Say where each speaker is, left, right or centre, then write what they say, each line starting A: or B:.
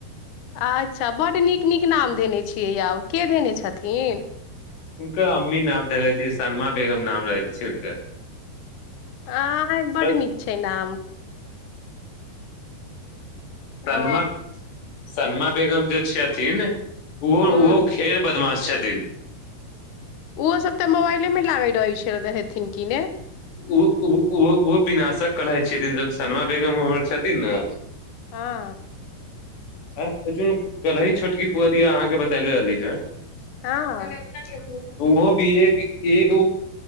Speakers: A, on the left; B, on the left.
A: अच्छा बड्ड नीक नीक नाम धेने छियै यौ के धेने छथिन
B: हुनकर अम्मी नाम धे छ शनमा बेगम नाम रहै छै हुनकर
A: आ बड
B: स
A: नीक छै नाम
B: सलमा
A: ओ
B: सलमा बगम जे छठिन ओहो
A: हूँ
B: ओहो खेर बदमाश छथि तीन
A: ओहो सब तऽ मोबाइले मे लागैत रहैत छै हेथिन कि ने
B: ओ ओ ओहो विनाशक कहै छथिन जन शनमा बेगम हमर छथिन ने
A: हँ
B: न कली छोटकी फुआ दिया अहाँके बतेले रहली है
A: हँ
B: त अप ओहो भी एक एक